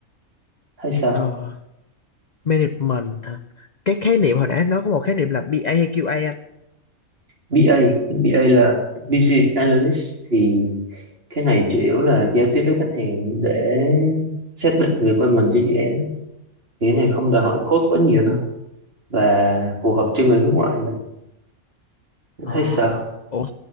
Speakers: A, on the right (about 45°); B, on the left (about 50°).
A: hay sao
B: ờ management hả cái khái niệm hồi nãy anh nói có một khái niệm là BA hay QA anh
A: BA BA là business analyst thì cái này chủ yếu là giao tiếp với khách hàng để xác định người requirement cho dự án thì cái này không đòi hỏi code quá nhiều đâu và phù hợp cho người hướng ngoại này
B: à,
A: thấy sao
B: ủa